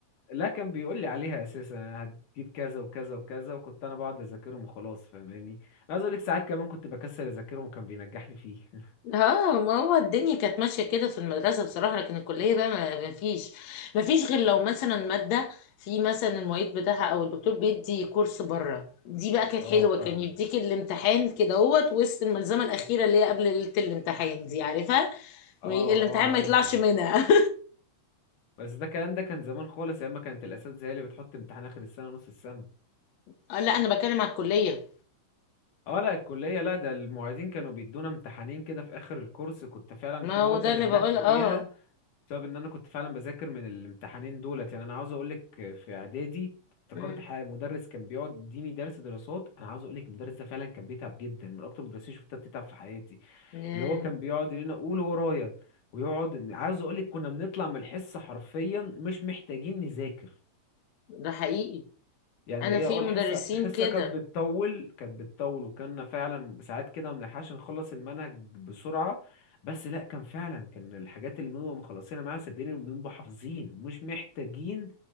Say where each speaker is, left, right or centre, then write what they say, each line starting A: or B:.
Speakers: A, on the left; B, on the left.
A: لا كان بيقول لي عليها اساسا أنا هتجيب كذا وكذا وكذا وكنت انا بقعد اذاكرهم وخلاص فاهماني انا عايز اقول لك ساعات كمان كنت بكسل اذاكرهم وكان بينجحني فيه <laughs>
B: اه ما هو الدنيا كانت ماشية كده في المدرسة بصراحة لكن الكلية بقى ما ما فيش ما فيش غير لو مثلا مادة في مثلا المعيد بتاعها او الدكتور بيدي كورس بره دي بقى كانت
A: اه
B: حلوة
A: فاهمك
B: كان يديك الامتحان كده اهوت وسط الملزمة الأخيرة اللي هي قبل ليلة الامتحان دي عارفها
A: اه
B: الامتحان
A: اه عارفها
B: ما يطلعش منها
A: بس ده الكلام ده كان زمان خالص ايام ما كانت الاساتذه هي اللي بتحط امتحان اخر السنه نص السنه
B: <laughs> آه، لا أنا بتكلم على الكلية
A: اه لا الكليه لا ده المعيدين كانوا بيدونا امتحانين كده في اخر الكورس كنت فعلا
B: ما
A: في مواد
B: هو ده
A: انا
B: اللي
A: نجحت
B: بقول
A: فيها
B: اه
A: بسبب ان انا كنت فعلا بذاكر من الامتحانين دولت يعني انا عاوز اقولك في اعدادي افتكرت
B: امم
A: حاجه مدرس كان بيقعد يديني درس دراسات انا عاوز اقولك المدرس ده فعلا كان بيتعب جدا من اكتر المدرسين شفتها بتتعب في حياتي
B: ياه
A: اللي هو كان بيقعد يقول لنا قول ورايا ويقعد عاوز اقولك كنا بنطلع من الحصه حرفيا مش محتاجين نذاكر
B: ده حقيقي
A: يعني
B: أنا
A: ايه
B: في
A: اه الحصه
B: مدرسين
A: الحصه
B: كده
A: كانت بتطول كانت بتطول وكنا فعلا ساعات كده ما بنلحقش نخلص المنهج بسرعه بس لا كان فعلا كان الحاجات اللي بنبقى مخلصينها معاها صدقني بنبقى حافظين مش محتاجين